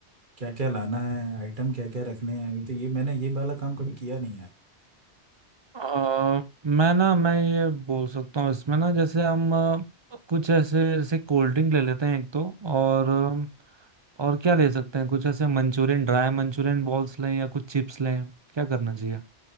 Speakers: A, on the right (about 50°); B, on the right (about 30°).
A: क्या क्या लाना है आइटम क्या क्या रखने हैं ये तो ये मैंने ये वाला काम कभी किया नहीं है यार
B: आ, मैं ना मैं ये बोल सकता हूँ इसमें ना जैसे हम अ, कुछ ऐसे जैसे कोल्ड ड्रिंक ले लेते हैं एक तो और अम, और क्या ले सकते हैं कुछ ऐसे मंचूरियन ड्राई मंचूरियन बॉल्स लें या कुछ चिप्स लें क्या करना चाहिए